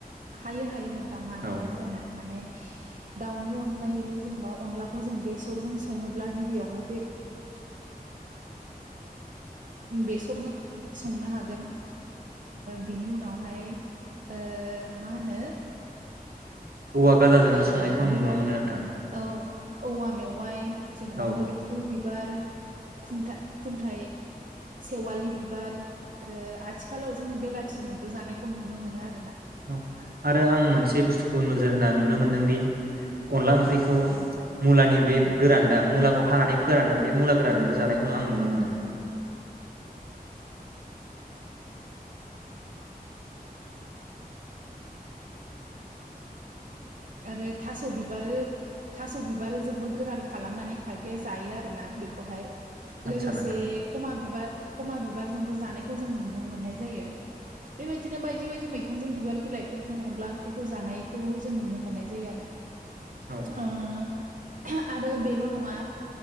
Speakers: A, on the right (about 55°); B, on the right (about 70°).
A: हायो हायो नोंथां मानो
B: औ
A: हाया जानो माने दाउनि अनगायैबो जेनेबा अनलाखौ जों बेसरजों सङोब्ला गिबियावनो ओ बे बेसरजों संनो हागोन बिनि उनावहाय ओ मा होनो
B: औवा गाजोंबो
A: ओ
B: संनायखौ आं
A: बिबार
B: नुनो मोनो नोंथां
A: औ औवा मेवाइ जेनेबा
B: औ
A: मोदोम फुल बि बार खुन्था खुन्थायाइ सेवालि बिबार आरो आथिखालाव जोङो बेलाथिजोंबो जानायखौ नुनो मोनो आरो
B: औ आरो आं मोनसे बुस्थुखौ नोजोर होनानै नुनो मोन्दोंदि अनला ओंख्रिखौ मुलानि बे गोरान दा मुलाखौ हानानै फोरानो बे मुला गोरानजोंबो जानायखौ आं नुनो मोनो।
A: <inaudible> आरो थास' बिबार थास' बिबारजोंबो गोरान खालामनानै खायफाया जायो आरो ना बेखौहाय
B: आदसा
A: लोगोसे
B: नोंथां
A: खमा बिबार खमा बिबारजोंबो जानायखौ जों नुनो मोननाय जायो बेबायदिनो बायदि बायदि मैजों बिबार बिलाइ जों अनला ओंख्रिखौ जानायखौ जों नुनो मोननाय जायो आरो
B: औ
A: ओ आरो बेल' नङा